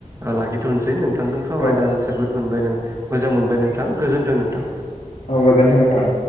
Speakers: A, on the right; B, on the left.
A: लाखिथ'नोसै नों नोंथांजों सावरायनानै
B: औ
A: जोबोद मोनबाय न मोजां मोनबाय नोंथां गोजोन्थों नोंथां।
B: औ गोजोन्थोंमोनथां।